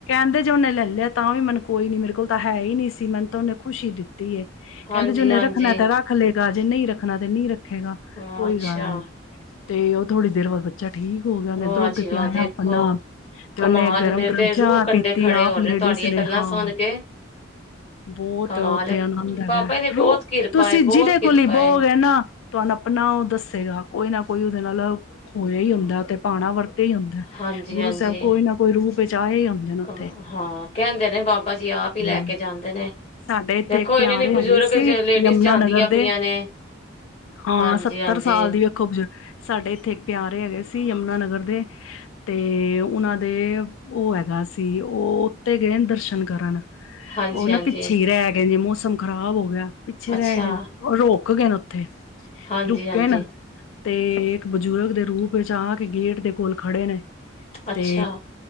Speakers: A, on the left; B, on the left.
A: ਕਹਿੰਦੇ ਜੇ ਉਹਨੇ ਲੈ ਲਿਆ ਤਾ ਵੀ ਮੈਨੂੰ ਕੋਈ ਨੀ ਮੇਰੇ ਕੋਲ ਤਾਂ ਹੈ ਹੀ ਨਹੀਂ ਸੀ ਮੈਨੂੰ ਤਾਂ ਉਹਨੇ ਖੁਸ਼ੀ ਦਿੱਤੀ। ਟੀ ਐ
B: ਹਾਂਜੀ
A: ਕਹਿੰਦੇ ਜੇ ਉਹਨੇ
B: ਹਾਂਜੀ
A: ਰੱਖਣਾ ਐ ਤਾਂ ਰੱਖ ਲੇ। ਰਾਜੇ ਨਹੀਂ ਰੱਖਣਾ ਤੇ ਨਹੀ ਰੱਖ ਖੇਗਾ
B: ਹਾਂ
A: ਕੋਈ
B: ਅੱਛਾ
A: ਗੱਲ ਨੀ ਤੇ ਉਹ ਥੋੜੀ ਦੇਰ ਬਾਅਦ ਬੱਚਾ ਠੀਕ ਹੋ ਗਿਆ, ਉਹਨੇ
B: ਵਾਹ
A: ਦੁੱਧ
B: ਜੀ
A: ਪਿਆਇਆ
B: ਵਾਹ ਦੇਖੋ
A: ਆਪਣਾ ਤੇ
B: ਕਮਾਲ
A: ਉਹਨੇ ਗਰਮ
B: ਏ, ਮੇਰੇ
A: ਗਰਮ
B: ਤੇ
A: ਚਾਹ
B: ਰੂਹ ਕੰਡੇ
A: ਪੀਤੀ,
B: ਖੜੇ
A: ਆਪ
B: ਹੋ ਰਹੇ
A: ਲੇਡੀਜ਼
B: ਤੁਹਾਡੀਆਂ
A: ਨੇ
B: ਗੱਲਾਂ
A: ਹਾਂ,
B: ਸੁਣ ਕੇ
A: ਬਹੁਤ
B: ਕਮਾਲ
A: ਉਥੇ
B: ਏ
A: ਆਨੰਦ ਹੈਗਾ,
B: ਬਾਬਾ ਜੀ ਦੀ
A: ਰੋ
B: ਬਹੁਤ ਕਿਰਪਾ
A: ਤੁਸੀਂ
B: ਏ ਬਹੁਤ
A: ਜਿਹਦੇ
B: ਕਿਰਪਾ
A: ਕੋਲ ਈ ਬਹੋਗੇ
B: ਏ
A: ਨਾ ਤੁਹਾਨੂੰ ਆਪਣਾ ਉਹ ਦੱਸੇਗਾ ਕੋਈ ਨਾ ਕੋਈ ਉਹਦੇ ਨਾਲ ਹੋਇਆ ਹੀ ਹੁੰਦਾ ਤੇ ਭਾਣਾ ਵਰਤ ਇਹੀ ਹੁੰਦਾ,
B: ਹਾਂਜੀ
A: ਗੁਰੂ
B: ਹਾਂਜੀ
A: ਸਾਹਿਬ ਕੋਈ ਨਾ ਕੋਈ ਰੂਪ ਵਿਚ ਆ ਹੀ ਜਾਂਦੇ ਨੇ
B: ਕਮਾ
A: ਉੱਥੇ।
B: ਹਾਂ ਕਹਿੰਦੇ ਨੇ ਬਾਬਾ ਜੀ ਆਪ ਹੀ
A: ਹੂੰ,
B: ਲੈ ਕੇ ਜਾਂਦੇ ਨੇ
A: ਸਾਡੇ ਇੱਥੇ
B: ਦੇਖੋ
A: ਇੱਕ ਪਿਆਰੇ
B: ਇਹਨਾਂ ਨੇ
A: ਹੈਗੇ
B: ਬਜ਼ੁਰਗ
A: ਸੀ,
B: ਲੇਡੀਜ਼
A: ਯਮੁਨਾ
B: ਜਾਂਦੀਆਂ
A: ਨਗਰ
B: ਪਈਆਂ
A: ਦੇ,
B: ਨੇ
A: ਹਾਂ
B: ਹਾਂਜੀ
A: ਸੱਤਰ
B: ਹਾਂਜੀ
A: ਸਾਲ ਦੀ ਵੇਖੋ ਬਜ਼ੁਰਗ ਸਾਡੇ ਇੱਥੇ ਸਾਰੇ ਹੈਗੇ ਸੀ ਯਮੁਨਾ ਨਗਰ ਦੇ, ਤੇ ਉਹਨਾਂ ਦੇ ਉਹ ਹੈਗਾ ਸੀ, ਉਹ ਉੱਤੇ ਗਏ ਨੇ ਦਰਸ਼ਨ ਕਰਨ।
B: ਹਾਂਜੀ
A: ਉਹ ਨਾ
B: ਹਾਂਜੀ
A: ਪਿੱਛੇ ਹੀ ਰਹਿ ਗਏ ਨੇ ਮੋਸ ਮੌਸਮ ਖ਼ਰਾਬ ਹੋ ਗਿਆ। ਪਿੱਛੇ
B: ਅੱਛਾ
A: ਰਹਿ ਗਏ ਨੇ <unintelligible> ਕਿਉ ਗਏ ਨੇ ਉੱਥੇ
B: ਹਾਂਜੀ,
A: ਰੁਕੇ
B: ਹਾਂਜੀ।
A: ਨਾ ਤੇ ਇੱਕ <unintelligible> ਬਜ਼ੁਰਗ ਦੇ ਰੂਪ ਵਿੱਚ ਆ ਕੇ ਗੇਟ ਦੇ ਕੋਲ ਖੜੇ ਨੇ।
B: ਅੱਛਾ
A: ਤੇ